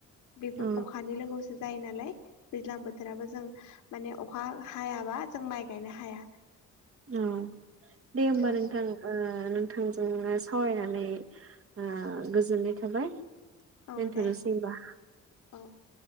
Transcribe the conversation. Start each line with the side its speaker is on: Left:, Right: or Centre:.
Left: बे
Right: अ
Left: अखानि लोगोआवसो जायोनालाय दैज्लां बोथोराबो जों माने अखा हायाबा जों माइ गायनो हाया
Right: औ दे होमबा
Left: औ
Right: नोंथां ओ नोंथांजोंनो सावरायनानै ओ गोजोननाय थाबाय
Left: औ
Right: दथनोसै
Left: दे
Right: होनबा
Left: औ